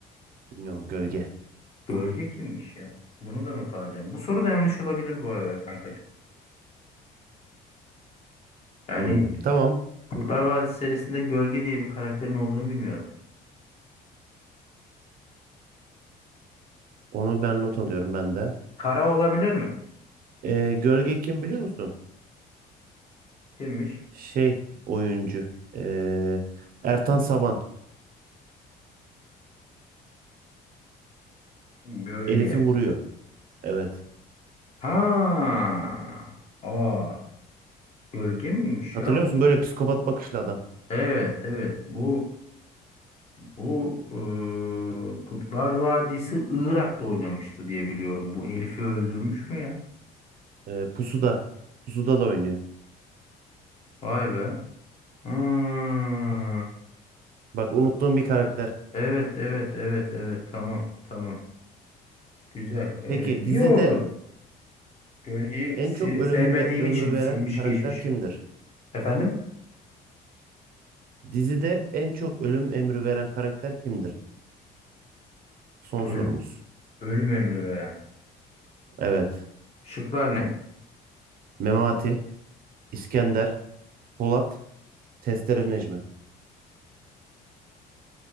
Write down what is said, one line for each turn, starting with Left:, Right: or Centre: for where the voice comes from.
Right: Bilmiyorum, gölge.
Left: Gölge kimmiş ya? Bunu da not alacağım. Bu soru da yanlış olabilir bu arada kankacığım. Yani
Right: Hmm,
Left: Hmm.
Right: tamam.
Left: Kurtlar Vadisi serisinde Gölge diye bir karakterin olduğunu bilmiyorum.
Right: Onu ben not alıyorum ben de.
Left: Kara olabilir mi?
Right: Ee, gölge kim biliyor musun?
Left: Kimmiş?
Right: Şey oyuncu. Ee, Ertan Saban.
Left: Gölge.
Right: Elif'i vuruyor. Evet.
Left: Ha. Aa. Gölge miymiş
Right: Hatırlıyor
Left: ya bu?
Right: musun? Böyle psikopat bakışlı adam.
Left: Evet evet bu bu eee, Kurtlar Vadisi Irak'ta oynamıştı diye biliyorum. Bu Elif'i öldürmüş mü ya?
Right: Ee, Pusuda. Pusuda da oynuyor.
Left: Vay be. Hmm.
Right: Bak unuttuğum bir karakter.
Left: Evet evet evet evet tamam tamam. Güzel evet
Right: Peki
Left: iyi
Right: dizide
Left: oldu. Gölgeyi
Right: en
Left: si-
Right: çok ölüm
Left: sevmediğim
Right: ve ömrü
Left: için silmiş
Right: veren karakter
Left: geçmişim.
Right: kimdir?
Left: Efendim?
Right: Dizide en çok ölüm emri veren karakter kimdir? Son
Left: Ölü-
Right: sorumuz.
Left: ölüm emri veren.
Right: Evet.
Left: Şıklar ne?
Right: Memati, İskender, Polat, Testere Necmi.